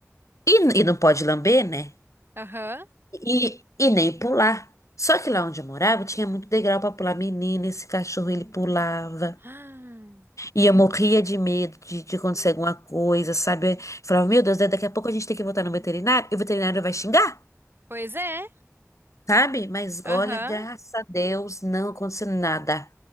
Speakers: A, on the left; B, on the right.
A: E, e não pode lamber, né?
B: Aham.
A: E, e, nem pular. Só que lá onde eu morava tinha muito degrau pra pular. Menina, esse cachorro ele pulava.
B: Ah,
A: E eu morria de medo de, de acontecer alguma coisa, sabe? Eu falava, meu Deus, né, daqui a pouco a gente tem que voltar no veterinário e o veterinário vai xingar,
B: Pois é.
A: sabe? Mas
B: Aham.
A: olha, graças a Deus, não aconteceu nada.